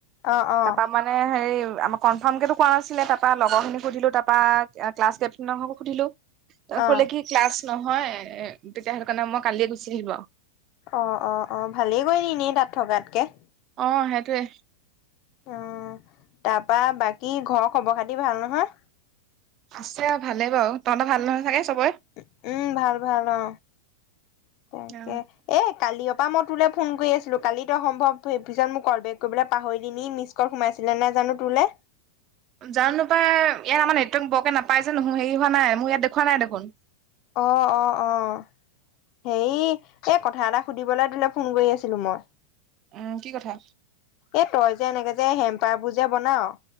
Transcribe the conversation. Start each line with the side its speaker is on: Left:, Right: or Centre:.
Left: অ অ
Right: তাৰপা মানে হেৰি আমাক কনফাৰ্ম কোৱা নাছিলে তাৰপা লগৰ খিনিক সুধিলো তাৰপা ক্লাছ কেপ্টনৰ হক সুধিলো তই
Left: অ
Right: কলে কি ক্লাছ নহয় এ তেতিয়া সেইটো কাৰণে মই কালিয়ে গুচি আহিলো আৰু
Left: অ অ অ ভালেই কৰি নিনেই তাত থকাতকে
Right: অ' সেইটোৱে
Left: অ' তাৰপা বাকী ঘৰৰ খবৰ খাতি ভাল নহয়
Right: আছে আৰু ভালেই বাৰু তহঁতৰ ভাল নহয় চাগে চবৰে
Left: উ উম ভাল ভাল অ তাকে
Right: অ
Left: এ কালি তাপা মই তোলৈ ফোন কৰি আছিলো কালিতো সম্ভৱেইত মোক কল বেক কৰিবলৈ পাহৰিল ন নি মিছ কল সোমাইছিলে নোন। জানো তোলে
Right: <unintelligible> জান নোপাই ইয়াত আমাৰ নেটৱৰ্ক বৰকে নাপাই যে নহয় হেৰি হোৱা নাই মই ইয়াত দেওৱ নাই দেখোন
Left: অহ অ অহ হে এই কথা এটা সুধিবলৈ তোলে ফোন কৰি আছিলো মই
Right: অ' কি কথা
Left: এ তই যে এনেকে যে হেম্পাৰবোৰ যে বনাও